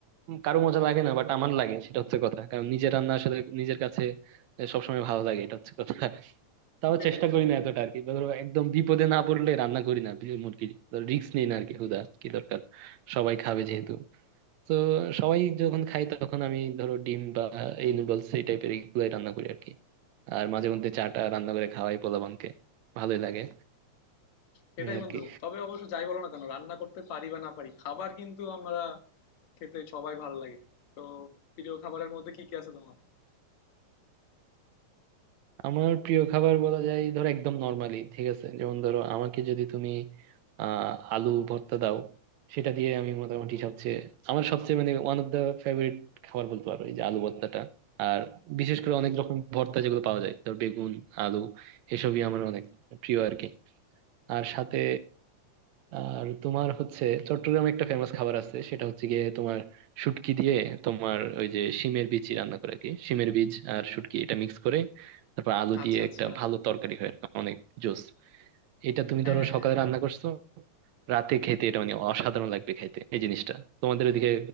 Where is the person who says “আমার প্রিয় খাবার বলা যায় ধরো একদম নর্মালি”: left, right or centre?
Right